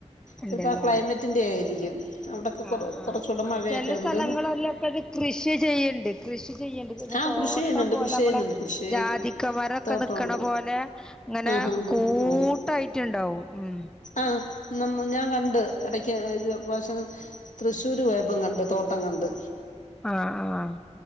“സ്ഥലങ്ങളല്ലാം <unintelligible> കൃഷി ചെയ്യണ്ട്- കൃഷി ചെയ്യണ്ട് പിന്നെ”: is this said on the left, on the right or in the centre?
Centre